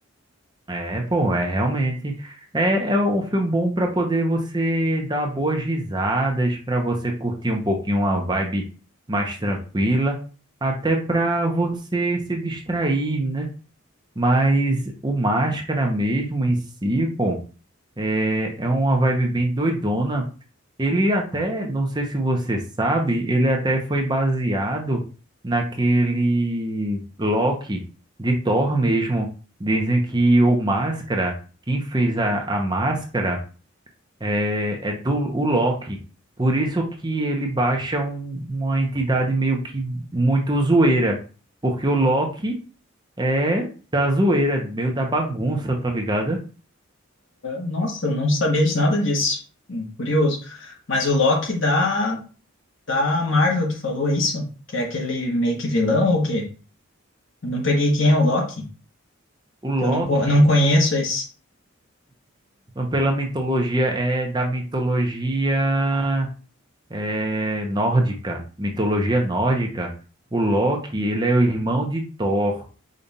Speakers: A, on the right; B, on the left.
A: É, pô, é realmente. É, é um filme bom pra poder você dar boas risadas, pra você curtir um pouquinho uma vibe mais tranquila, até pra você se distrair, né? Mas o Máscara mesmo em si, pô, é, é uma vibe bem doidona. Ele até, não sei se você sabe, ele até foi baseado naquele Loki de Thor mesmo. Dizem que o Máscara, quem fez a, a máscara é, é do o Loki. Por isso que ele baixa um- uma entidade meio que muito zoeira. Porque o Loki é da zoeira, meio da bagunça, tá ligado?
B: Nossa, não sabia de nada disso. Hum, Curioso. Mas o Loki da, da Marvel, tu falou isso? Que é aquele meio que vilão ou o quê? Eu não peguei quem é o Loki,
A: O Loki,
B: que eu não, co- não conheço esse.
A: pela mitologia, é da mitologia. é, nórdica, mitologia nórdica, o Loki, ele é o irmão de Thor.